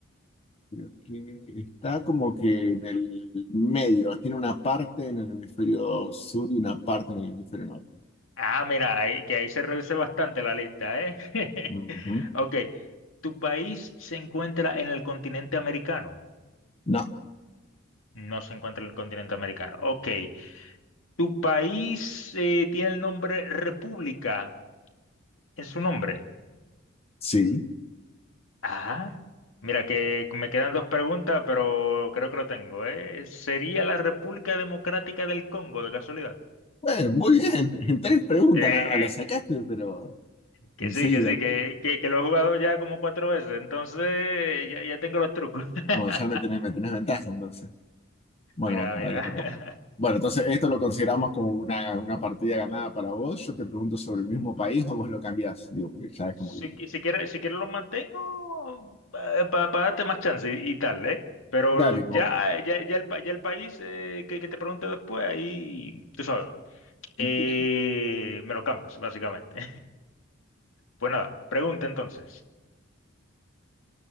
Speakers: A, on the left; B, on the left.
A: creo que está como que en el medio. Tiene una parte en el hemisferio sur y una parte en el hemisferio norte.
B: Ah, mira, ahí- que ahí se reduce bastante la lista, ¿eh? <laughs>
A: Ujú.
B: Ok, ¿tu país se encuentra en el continente americano?
A: No,
B: No se encuentra en el continente americano. Ok, ¿tu país eh, tiene el nombre República en su nombre?
A: sí.
B: Ah, mira que me quedan dos preguntas, pero creo que lo tengo, ¿eh? ¿Sería la República Democrática del Congo, de casualidad?
A: Bueno, muy bien. <laughs> En tres preguntas
B: Eh,
A: nada más la sacaste, pero
B: que
A: enseguida.
B: sí, que sí, que, que, que lo he jugado ya como cuatro veces, entonces ya, ya tengo los trucos. <laughs>
A: Bueno, ya me tenés, me tenés ventaja entonces. Bueno,
B: Mira,
A: bueno, ahora
B: mira.
A: ver, Bueno, entonces esto lo consideramos como una, una partida ganada
B: <laughs> Uh,
A: para vos. Yo te pregunto sobre el mismo país o vos lo cambiás. Digo, porque ya es
B: Si,
A: como que.
B: qui- si quieres, si quieres los mantengo para darte más chance y, y tal, ¿eh? Pero
A: Dale, como.
B: ya, ya, ya, el, pa- ya el país eh, que, que te pregunte después, ahí, tú sabes, eh,
A: Bien.
B: me lo cambias, básicamente. Pues nada, pregunta entonces.